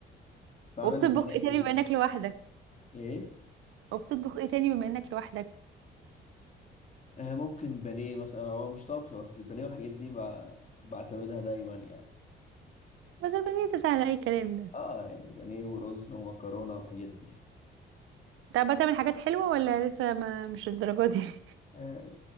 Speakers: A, on the left (about 40°); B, on the right (about 90°).
A: بعمل
B: وبتطبخ
A: بانيه والحاجات
B: ايه تاني
A: دي
B: بما انك لوحدك
A: إيه
B: وبتطبخ ايه تاني بما انك لوحدك
A: آه ممكن بانيه مثلا هو مش طبخ بس البانيه والحاجات دي ب- بعتمدها دايما يعني
B: بس البنية ده سهل اي كلام ده
A: اه يعني بانيه ورز ومكرونة والحاجات دي
B: انت بقى تعمل حاجات حلوه ولا لسه ما مش الدرجه دي <laughs>
A: آه